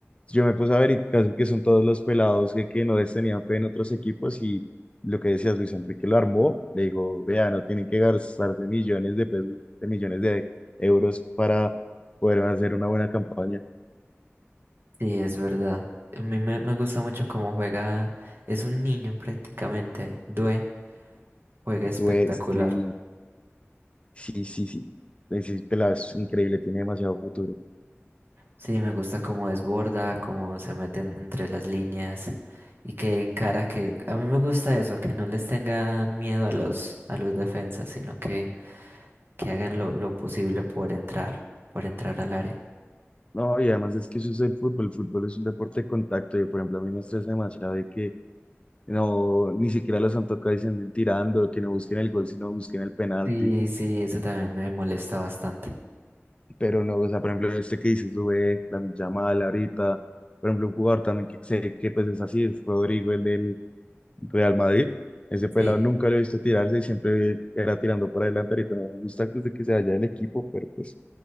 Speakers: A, on the left; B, on the right.
A: yo me puse a ver y casi que son todos los pelados que, que no les tenían fe en otros equipos y lo que decías Luis Enrique lo armó, le dijo, vea, no tienen que gastarse millones de pesos, de millones de euros para poder hacer una buena campaña.
B: sí, es verdad. A mí me, me gusta mucho cómo juega, es un niño prácticamente, Due, juega espectacular.
A: Güey, sí, sí, sí, sí. Ese pelado es increíble, tiene demasiado futuro.
B: Sí, me gusta cómo desborda, cómo se meten entre las líneas y que encara que a mí me gusta eso, que no les tengan miedo a los a los defensas, sino que que hagan lo, lo posible por entrar, por entrar al área.
A: No, y además es que eso es el fútbol, el fútbol es un deporte de contacto, y por ejemplo a mí me estresa demasiado de que no, ni siquiera los han tocado y se anden tirando, que no busquen el gol, sino busquen el penalti.
B: Sí, sí, eso también me molesta bastante.
A: Pero no, o sea, por ejemplo, este que dices, Dubé, la Yamal, ahorita, por ejemplo, un jugador también que sé que pues es así, es Rodrigo, el del Real Madrid. Ese pelado
B: Sí,
A: nunca lo he visto tirarse, siempre era tirando para adelante. Ahorita no me gusta pues, de que se vaya del equipo, pero pues